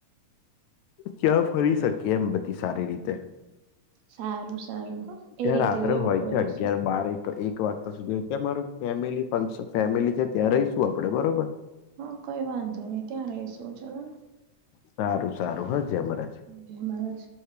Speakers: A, on the left (about 80°); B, on the right (about 70°).
A: ત્યાં ફરી શકીએ એમ બધી સારી રીતે.
B: સારું સારું હા
A: ત્યાં
B: એ રીતે
A: રાત્રે
B: એવું
A: હોય
B: કરીશું.
A: છે અગિયાર બારે. તો એક વાગતા સુધી ત્યાં મારું ફેમિલી ફંક્શન ફેમિલી છે ત્યાં રહીશું આપડે બરોબર.
B: હા કઈ વાંધો નહી ત્યાં રહીશું ચાલો ને.
A: સારું સારું હા જય મહારાજ.
B: જય મહારાજ.